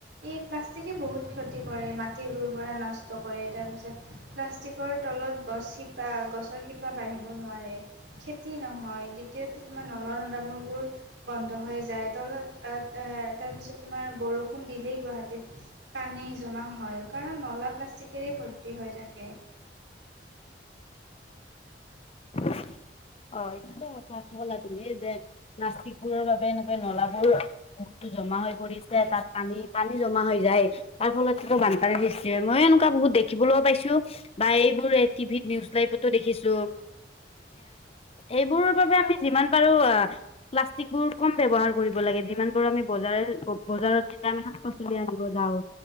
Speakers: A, on the right (about 85°); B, on the left (about 35°).
A: এই প্লাষ্টিকে বহুত ক্ষতি কৰে মাটিৰ ৰৰ্ব নষ্ট কৰে তাৰ পিছত প্লাষ্টিক তলত গছ শিপ বা গছৰ শিপা বাঢ়িব নোৱাৰে খেতি নহয় দ্বিতীয়তে তোমাৰ নলা নদামা বোৰ। বন্ধ হৈ যায় তলত তাৰ পিছত তোমাৰ বৰষুণ দিলেই গুৱাহাটীত পানী জমা হয়। কাৰণ নলা প্লাষ্টিকেৰেই ভৰ্তি হৈ থাকে।
B: <inaudible> অ এইটো কথা কলা তুমি যে নাচিকবোৰৰ বাবে এনেকুৱা নলাবোৰ জমা হৈ পৰিছে তাত পানী পানী জমা হৈ যায় তাৰ ফলতেতো বানপানীৰ সৃষ্টি হয় মই এনেকুৱা। বহুত দেখিবলৈও পাইছো বা এইবোৰ টিভিত নিউজ লাইভতো দেখিছো। এইবোৰ বাবে আমি যিমান পাৰো অ প্লাষ্টিক বোৰ কম ব্যবহাৰ কৰিব লাগিব লাগে যিমানবোৰ আমি বজাৰ বজাৰত আমি শাকপাচলি আনিব যাওঁ